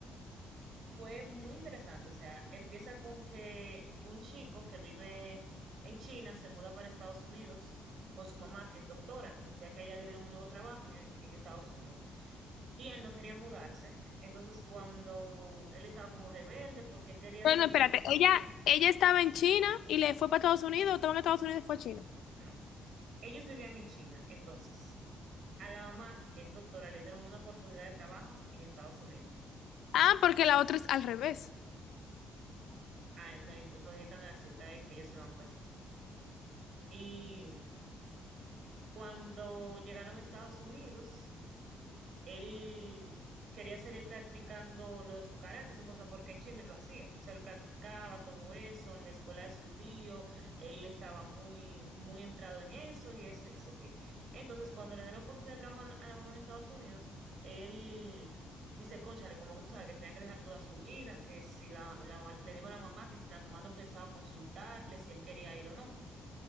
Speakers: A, on the right; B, on the left.
A: fue muy interesante, o sea, empieza con que un chico que vive en China se muda para Estados Unidos con su mamá, que es doctora, ya que a ella le dieron un nuevo trabajo en, en Estados Unidos. Y él no quería mudarse. Entonces, cuando él estaba como rebelde porque él quería
B: Bueno,
A: seguir...
B: espérate, ella, ella estaba en China y le fue para Estados Unidos, o estaba en Estados Unidos y fue a China.
A: No. Ellos vivían en China, entonces a la mamá, que es doctora, le dieron una oportunidad de trabajo en Estados Unidos.
B: Ah, porque la otra es al revés.
A: Ah, no, ent- entonces esta necesidad es que ellos se van para Estados Unidos. Y cuando llegaron a Estados Unidos, él quería seguir practicando lo de su karate y su cosa, porque en China él lo hacía. O sea, él practicaba todo eso en la escuela de su tío, él estaba muy, muy entrado en eso y eso y eso, ok. Entonces, cuando le dan la oportunidad de trabajar a la a la mamá en Estados Unidos, él dice, cónchale, como que tú sabes que tenía que dejar toda su vida, que si la, la mamá- le dijo a la mamá que si la mamá no pensaba consultarle, si él quería ir o no.